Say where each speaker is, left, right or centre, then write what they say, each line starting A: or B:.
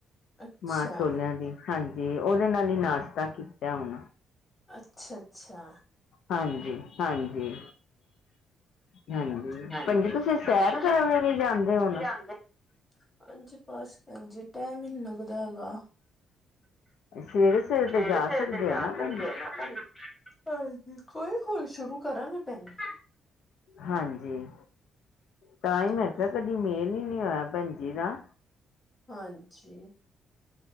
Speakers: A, on the left; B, on the left.
A: ਅੱਛਾ
B: ਮਾਂਹ-ਛੋਲਿਆ ਦੀ ਹਾਂਜੀ, ਉਹਦੇ ਨਾਲ ਹੀ ਨਾਸ਼ਤਾ ਕੀਤਾ ਹੁਣ।
A: ਅੱਛਾ-ਅੱਛਾ।
B: ਹਾਂਜੀ-ਹਾਂਜੀ। ਹਾਂਜੀ,
A: ਹਾਂਜੀ
B: ਭੈਣਜੀ ਤੁਸੀਂ
A: ਭੈਣਜੀ
B: ਸੈਰ
A: ਤੁਸੀਂ
B: ਕਰਨ ਵੀ ਨੀ ਜਾਂਦੇ ਹੁਣ
A: ਹਾਂਜੀ, ਬਸ ਭੈਣਜੀ ਟਾਇਮ ਹੀ ਨੀ ਲੱਗਦਾ ਹੈਗਾ।
B: ਸਵੇਰੇ
A: ਸਵੇਰੇ-
B: ਤੇ ਜਾ
A: ਸਵੇਰੇ
B: ਸਕਦੇ
A: ਤੇ ਜਾ
B: ਹੋ ਨਾ
A: ਸਕਦੇ
B: ਭੈਣਜੀ
A: ਆ ਨਾ ਭੈਣਜੀ। ਹਾਂਜੀ, ਹੌਲੀ-ਹੌਲੀ ਸ਼ੁਰੂ ਕਰਾਂਗੇ ਭੈਣ ਜੀ।
B: ਹਾਂਜੀ, ਤਾਂ ਹੀ ਮੈਂ
A: ਹਾਂਜੀ
B: ਕਿਹਾ ਕਦੇ ਕਦੀ ਮੇਲ ਹੀ ਨੀ ਹੋਇਆ ਭੈਣ ਜੀ ਦਾ।
A: ਹਾਂਜੀ।